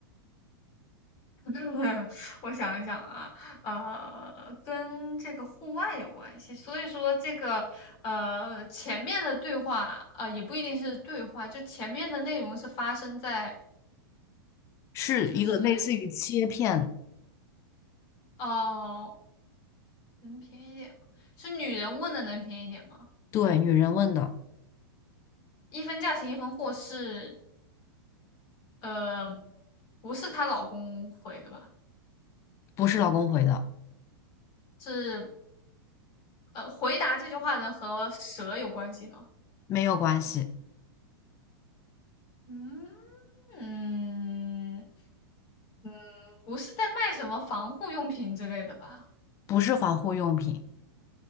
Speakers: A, on the left; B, on the left.
A: <laughs> 我想一想啊，呃，跟这个户外有关系。所以说，这个呃，前面的对话，呃，也不一定是对话，就前面的内容是发生在
B: 是一个类似于切片，
A: 就是哦，能便宜一点吗？是女人问的能便宜一点吗？
B: 对，女人问的，
A: 一分价钱一分货是呃，不是她老公回的吧？
B: 不是老公回的，
A: 是呃，回答这句话呢和蛇有关系吗？
B: 没有关系，
A: 嗯嗯嗯，不是在卖什么防护用品之类的吧？
B: 不是防护用品，